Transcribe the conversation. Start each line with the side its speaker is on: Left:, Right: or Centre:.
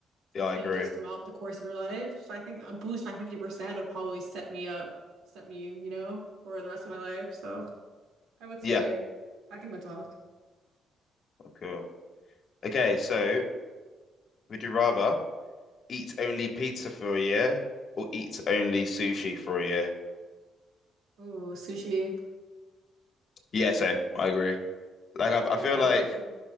Left: Yeah, I
Right: changes
Left: agree.
Right: throughout the course of your life. So I think a boost by 50% would probably set me up, set me, you know, for the rest of my life. So I would say,
Left: Yeah.
Right: I think mental health.
Left: Oh, cool. Okay, so would you rather eat only pizza for a year or eat only sushi for a year?
Right: Ooh, sushi.
Left: Yeah, same. I agree. Like I,
Right: Yeah,
Left: I feel
Right: I love
Left: like
Right: sushi.